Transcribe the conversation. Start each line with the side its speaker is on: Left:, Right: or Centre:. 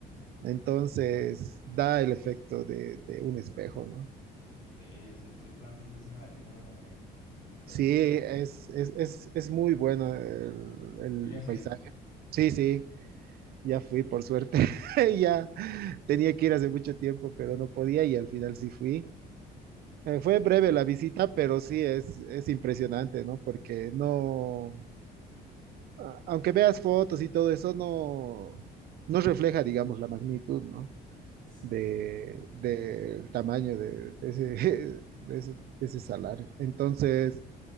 Right: Entonces da el efecto de, de un espejo, ¿no?
Left: ok, ese, ese plan siempre se me ha hecho como muy, muy chévere.
Right: Sí, es, es, es, es muy bueno el, el
Left: ¿Tú ya has ido?
Right: paisaje. Sí, sí, ya fui, por suerte. <laughs> Ya tenía que ir hace mucho tiempo, pero no podía y al final sí fui. Eh, fue breve la visita, pero sí es, es impresionante, ¿no? Porque no, a- aunque veas fotos y todo eso, no, no refleja, digamos, la magnitud, ¿no?
Left: Sí,
Right: De,
Left: sí, sí.
Right: del tamaño de, de ese, <laughs> de ese, de ese salario. Entonces,